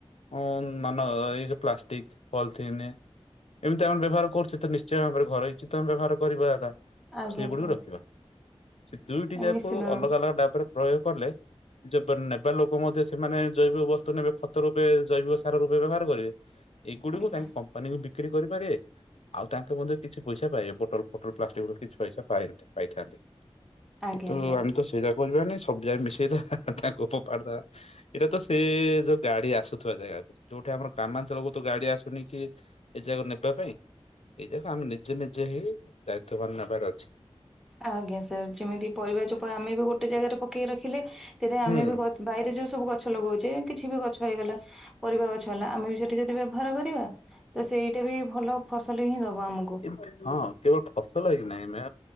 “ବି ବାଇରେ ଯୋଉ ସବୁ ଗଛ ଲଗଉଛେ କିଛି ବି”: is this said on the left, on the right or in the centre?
Centre